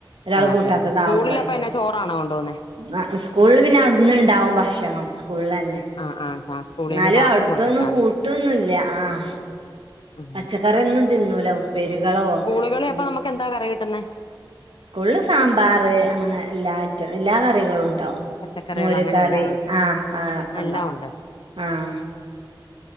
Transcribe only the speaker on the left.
ആഹ് അതെ
അതെ സ്കൂളിൽ
അപ്പൊ എന്നാ ചോറാണോ കൊണ്ടുപോകുന്നേ
ആഹ് ആഹ് ആഹ് സ്കൂളിൽന്ന്
പാത്രം
കൊടുത്തു വിട്ടാ മതി
ഉം
സ്കൂളുകളിൽ അപ്പൊ
നമുക്ക് എന്താ കറി കിട്ടുന്നേ
ആഹ്
പച്ചക്കറികൾ
അങ്ങനെ എല്ലാം കിട്ടുന്നെ
എല്ലാം
ഉണ്ട്